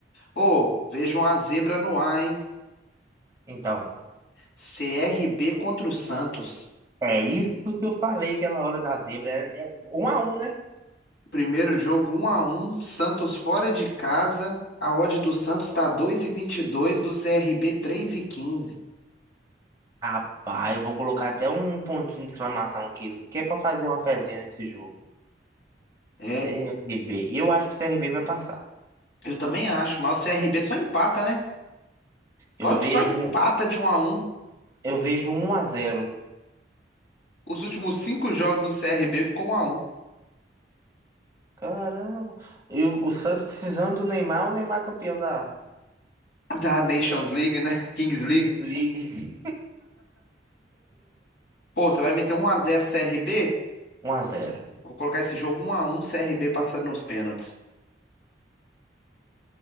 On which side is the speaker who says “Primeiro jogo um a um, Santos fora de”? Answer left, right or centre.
Left